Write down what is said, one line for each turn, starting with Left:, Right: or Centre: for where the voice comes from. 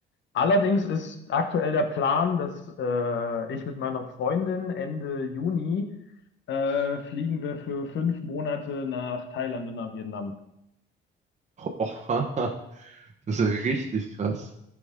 Left: Allerdings ist aktuell der Plan, dass äh, ich mit meiner Freundin Ende Juni äh, fliegen wir für fünf Monate nach Thailand und nach Vietnam.
Right: Oh, <laughs> Das ist ja richtig krass.